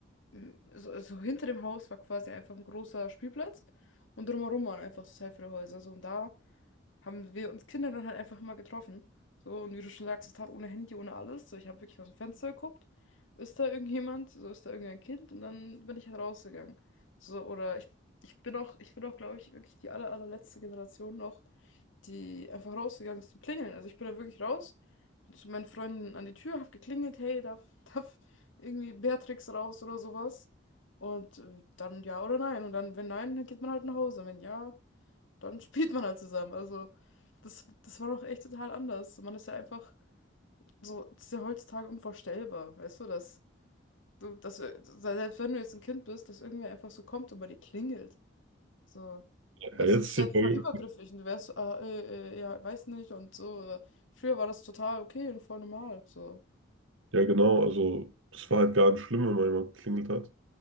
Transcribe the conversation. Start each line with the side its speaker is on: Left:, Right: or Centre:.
Left: m, so, so hinter dem Haus war quasi einfach ein großer Spielplatz und drumherum waren einfach total viele Häuser. So und da haben wir uns Kinder dann halt einfach immer getroffen. So und wie du schon sagst, total ohne Handy, ohne alles. So ich habe wirklich aus dem Fenster geguckt. Ist da irgendjemand? So ist da irgendein Kind? Und dann bin ich halt rausgegangen. So, oder ich ich bin auch, ich bin auch, glaube ich, wirklich die aller, allerletzte Generation noch, die einfach rausgegangen ist zum Klingeln. Also ich bin da wirklich raus, bin zu meinen Freunden an die Tür, hab geklingelt, hey, darf, <laughs> darf irgendwie Beatrix raus oder sowas. Und äh, dann ja oder nein. Und dann, wenn nein, dann geht man halt nach Hause. Und wenn ja, dann <laughs> spielt man halt zusammen. Also das, das war noch echt total anders. Man ist ja einfach so, das ist ja heutzutage unvorstellbar, weißt du, dass du, dass, wir- selbst wenn du jetzt ein Kind bist, dass irgendwer einfach so kommt und bei dir klingelt. So. Weißt
Right: Ja, jetzt
Left: du, das wäre
Right: ist ja,
Left: total
Right: voll-
Left: übergriffig und du wärst, so, ah, äh, äh, ja, weiß nicht und so. Oder früher war das total okay und voll normal. So.
Right: ja genau, also das war halt gar nicht schlimm, wenn mal jemand geklingelt hat.